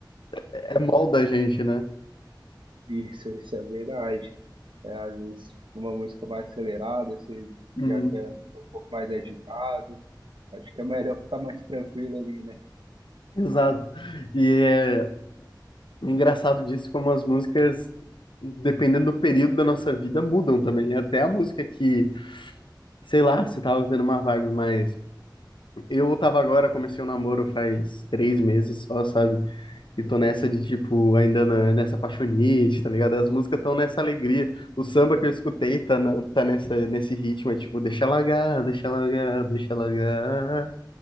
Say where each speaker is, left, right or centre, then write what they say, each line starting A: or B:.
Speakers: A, on the left; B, on the right.
A: É molda a gente, né?
B: Isso, isso é verdade. É, às vezes, uma música mais acelerada, você
A: Hum,
B: já quer ficar um pouco mais agitado. Acho que é melhor ficar mais tranquilo ali, né?
A: exato. E é engraçado disso como as músicas, dependendo do período da nossa vida, mudam também. Até a música que Sei lá, você tava vivendo uma vibe mais. Eu tava agora, comecei o namoro faz três meses só, sabe? E tô nessa de, tipo, ainda na- nessa apaixonite, tá ligado? As músicas estão nessa alegria. O samba que eu escutei tá, na- tá nessa, nesse ritmo, é tipo, deixa largar, deixa largar, deixa largar.